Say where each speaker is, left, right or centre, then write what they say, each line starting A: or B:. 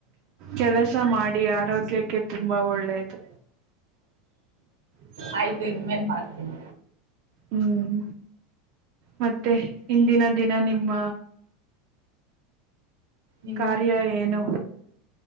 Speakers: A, on the right; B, on the right.
A: ಕೆಲಸ ಮಾಡಿ ಆರೋಗ್ಯಕ್ಕೆ ತುಂಬಾ ಒಳ್ಳೇದು ಹ <unintelligible>
B: ಆಯ್ತು ಇನ್ಮೇನ್ ಮಾಡ್ತೀನಿ
A: ಹ್ಮ್ ಮತ್ತೆ ಇಂದಿನ ದಿನ ನಿಮ್ಮ
B: ನಿಮ್ಮ
A: ಕಾರ್ಯ ಏನು